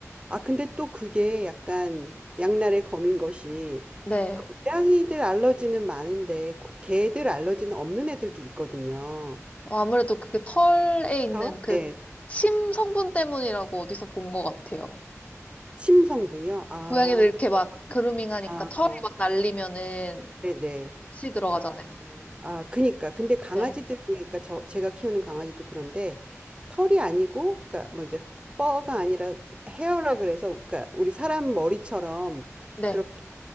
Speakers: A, on the right; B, on the left.
A: 아, 근데 또 그게 약간 양날의 검인 것이
B: 네.
A: 그 고양이들 알러지는 많은데 고- 개들 알러지는 없는 애들도 있거든요.
B: 어, 아무래도 그게 털에 있는
A: 그렇죠?
B: 그
A: 네.
B: 침 성분 때문이라고 어디서 본 것 같아요.
A: 침 성분이요? 아.
B: 고양이들 이렇게 막 그루밍 하니까
A: 아,
B: 털이
A: 아,
B: 막 날리면은
A: 네네.
B: 같이 들어가잖아요.
A: 아, 아, 그니까. 근데 강아지들
B: 네.
A: 중에, 그니까 저, 제가 키우는 강아지도 그런데 털이 아니고, 그니까 뭐 이제, 퍼가 아니라 헤어라 그래서, 그니까 우리 사람 머리처럼
B: 네.
A: 그렇게